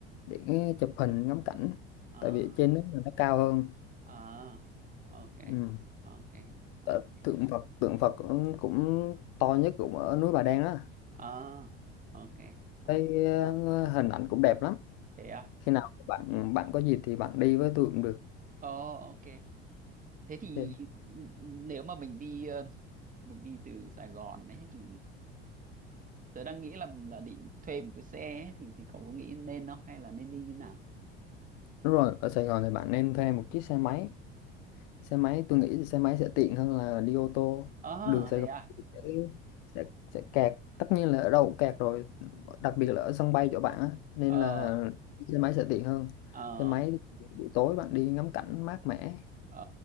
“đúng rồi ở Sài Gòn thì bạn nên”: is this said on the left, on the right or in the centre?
Left